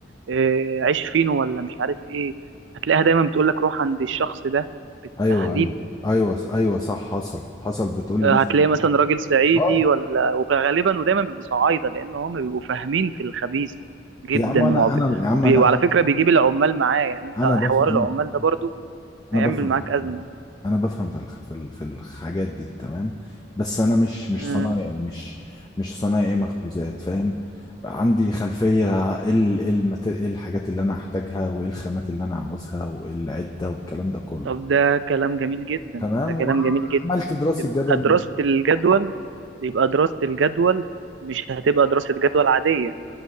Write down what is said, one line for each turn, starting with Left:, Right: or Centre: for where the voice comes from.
Right: إيه عيش فينو ولا مش عارف ايه هتلاقيها دايما بتقول لك روح عند الشخص ده بالتحديد
Left: ايوه ايوه ايوه ايوه صح حصل حصل بتقول لي
Right: آه،
Left: مثلا
Right: هتلاقي مثلا راجل صعيدي
Left: اه
Right: ولا وغالبا ودايما بيبقوا صعايده لان هم بيبقوا فاهمين في الخبيث جدا
Left: يا عم انا
Right: وعب-
Left: انا يا عم
Right: وبي...
Left: انا
Right: وعلى فكره بيجيب العمال معاه يعني انت
Left: انا بفهم
Right: حوار العمال
Left: انا
Right: ده برضو
Left: انا
Right: هيعمل
Left: بفهم
Right: معاك
Left: في الفلوس.
Right: ازمه
Left: انا بفهم في الخ- في ال- في الحاجات دي تمام بس انا مش مش
Right: مم.
Left: صنايعي مش مش صنايعي مخبوزات فاهم عندي خلفية ايه ال- إيه المت- إيه الحاجات اللي انا هحتاجها وايه الخامات اللي انا عاوزها وايه العدة والكلام ده كله
Right: طب ده كلام جميل جدا
Left: تمام
Right: ده كلام
Left: وعملت
Right: جميل جدا
Left: دراسة
Right: يبقى
Left: جدوى
Right: دراسه الجدول يبقى دراسه الجدول مش هتبقى دراسه جدول عاديه